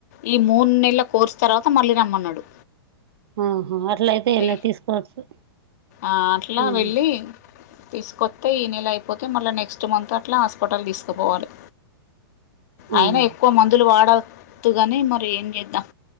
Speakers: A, on the left (about 40°); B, on the right (about 70°).
A: ఈ మూడు నెలల కోర్సు తర్వాత మళ్ళీ రమ్మన్నాడు
B: ఆహా అట్లయితే ఎలా
A: ఏ
B: తీసుకోవచ్చు
A: అట్లా
B: ఉమ్
A: వెళ్ళి తీసుకొస్తే ఈ నెల అయిపోతే మళ్ళీ నెక్స్ట్ మంత్ అట్లా హాస్పిటల్ తీసుకుపోవాలి
B: ఉమ్
A: అయినా ఎక్కువ మందులు వాడవద్దుగాని మరి ఏం చేద్దాం